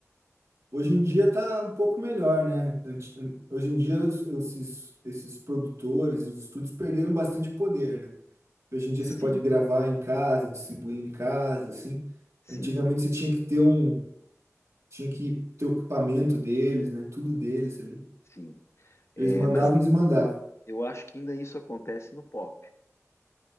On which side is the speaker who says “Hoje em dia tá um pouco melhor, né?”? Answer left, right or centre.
Right